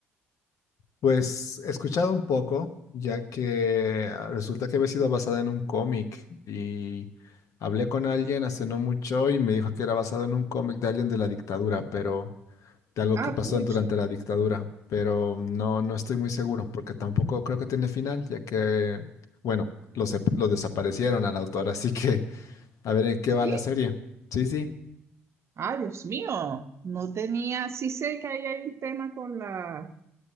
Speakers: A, on the left (about 55°); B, on the right (about 45°).
A: Pues he escuchado un poco, ya que ah, resulta que había sido basada en un cómic y hablé con alguien hace no mucho y me dijo que era basado en un cómic de alguien de la dictadura, pero de algo que
B: Ah,
A: pasó
B: pucha.
A: durante la dictadura, pero no, no estoy muy seguro porque tampoco creo que tiene final, ya que, bueno, lo, sep- lo desaparecieron al autor, así que a ver en qué
B: ¿Sí?
A: va la serie. Sí, sí.
B: Ah, Dios mío. No tenía, sí sé que ahí hay un tema con la,